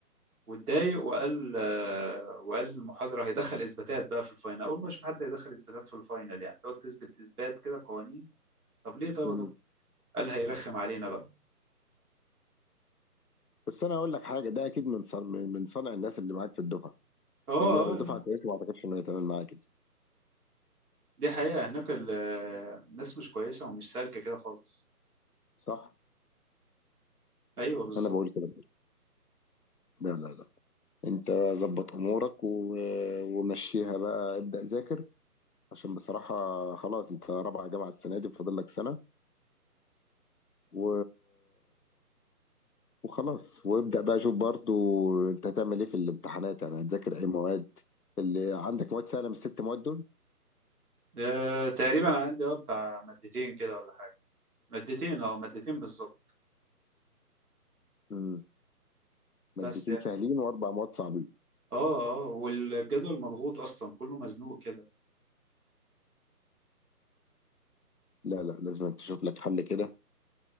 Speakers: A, on the right; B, on the left.
A: واتضايق وقال آه، وقال المحاضره هيدخل اثباتات بقى في الفاينل اول ما اشوف حد هيدخل اثباتات في الفاينل يعني تقعد تثبت اثبات كده قوانين طب ليه طب
B: امم
A: يا دكتور قال هيرخم علينا بقى
B: بس انا اقول لك حاجه ده اكيد من صنع من من صنع الناس اللي معاك في الدفعه
A: اه
B: لان هي لو
A: اه
B: دفعه
A: لا
B: كويسه ما اعتقدش ان هي تعمل معاك كده
A: دي حقيقه هناك ال- آه، الناس مش كويسه ومش سالكه كده خالص
B: صح؟
A: ايوه بالظبط
B: انا بقول كده برضه. لا لا لا انت ظبط امورك و... ومشيها بقى ابدا ذاكر عشان بصراحه خلاص انت رابعه جامعه السنه دي فاضل لك سنه و... وخلاص وابدأ بقى شوف برضو انت هتعمل ايه في الامتحانات يعني هتذاكر ايه مواد اللي عندك مواد سهلة من الست مواد دول
A: أه تقريبا عندي اه بتاع مادتين كده ولا حاجة مادتين اه مادتين بالظبط
B: مم.
A: بس
B: مادتين سهلين واربع مواد صعبين
A: اه اه والجدول مضغوط اصلا كله مزنوق كده
B: لا لا لازم تشوف لك حل كده